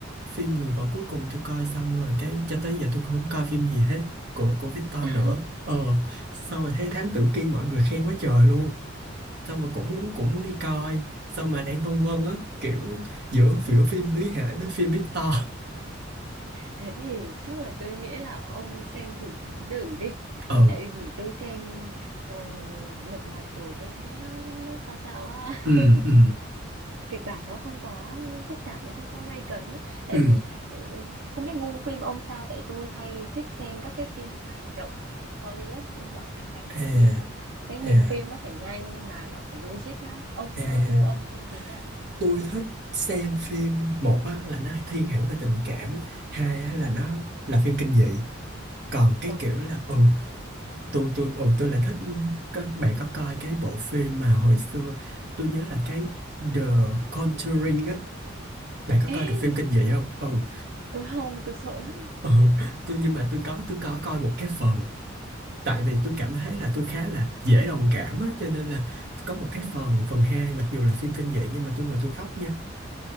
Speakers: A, on the right; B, on the right.
A: phim Người vợ cuối cùng tôi coi xong rồi cái cho tới giờ tôi không coi phim gì hết của của Victor
B: <laughs>
A: nữa ờ xong rồi thấy Thám Tử Kiên mọi người khen quá trời luôn xong rồi cũng muốn cũng muốn đi coi xong mà đang vân vân á kiểu giữa giữa phim Lý Hải với phim Victor
B: thế thì chắc là tôi nghĩ là ông xem thử Thám Tử đi.
A: ờ
B: Tại vì tôi xem ờ, Lật Mặt rồi tôi thấy nó nó sao sao á.
A: ừ
B: <laughs>
A: ừ
B: Kịch bản nó không quá phức tạp, nó không quá gay cấn á. Tại
A: ừ
B: vì ừ, không biết gu phim ông sao tại tôi hay thích xem các cái phim hành động Hollywood mà ngắn ngắn
A: à
B: hai tiếng ấy. Cái nhịp
A: à
B: phim nó phải nhanh mà nó phải logic á. Ông sao
A: à
B: gu ông thì thế nào?
A: tôi thích xem phim một á là nó thiên hẳn về tình cảm hai á là nó là phim kinh dị còn cái
B: Ôi
A: kiểu
B: trời.
A: là ừ tôi tôi ừ tôi lại thích các bạn có coi cái bộ phim mà hồi xưa tôi nhớ là cái The Conjuring á bạn có
B: Ê,
A: coi
B: <laughs>
A: được phim kinh dị không ừ
B: tôi không, tôi sợ lắm.
A: ừ <laughs> tôi nhưng mà tôi có tôi có coi một cái phần tại vì tôi cảm thấy là tôi khá là dễ đồng cảm á cho nên là có một cái
B: Ừ.
A: phần phần hai mặc dù là phim kinh dị nhưng mà tôi ngồi tôi khóc nha